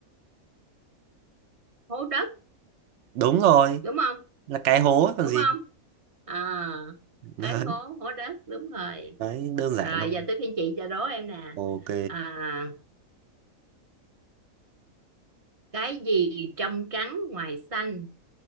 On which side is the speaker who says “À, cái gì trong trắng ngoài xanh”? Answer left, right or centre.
Right